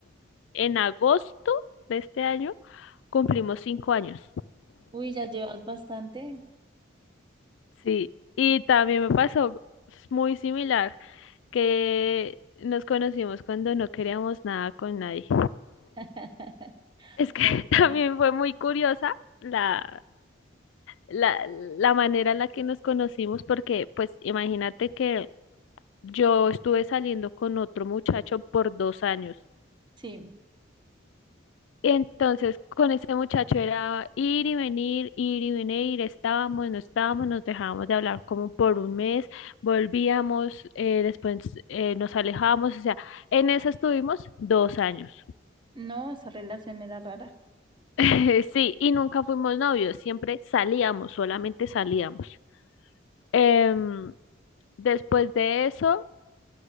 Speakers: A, on the left (about 75°); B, on the right (about 25°).
A: en agosto de este año, cumplimos cinco años.
B: Uy, ya llevas bastante.
A: Sí, y también me pasó muy similar, que nos conocimos cuando no queríamos nada con nadie.
B: <laughs>
A: Es que <laughs>
B: Ok,
A: también fue muy curiosa la, la, la manera en la que nos conocimos, porque pues imagínate que yo estuve saliendo con otro muchacho por dos años.
B: sí.
A: Y entonces con ese muchacho era ir y venir, ir y venir, estábamos, no estábamos, nos dejábamos de hablar como por un mes, volvíamos, eh, después eh, nos alejábamos, o sea, en eso estuvimos dos años.
B: No, esa relación era rara.
A: <laughs> Sí, y nunca fuimos novios, siempre salíamos, solamente salíamos. Em, después de eso,